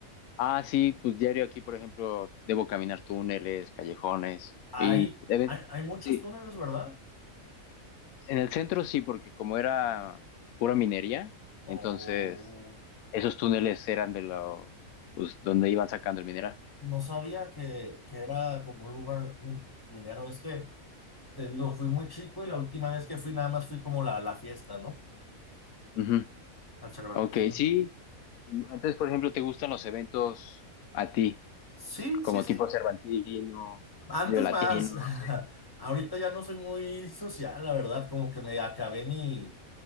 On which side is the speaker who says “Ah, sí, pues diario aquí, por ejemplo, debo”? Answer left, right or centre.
Left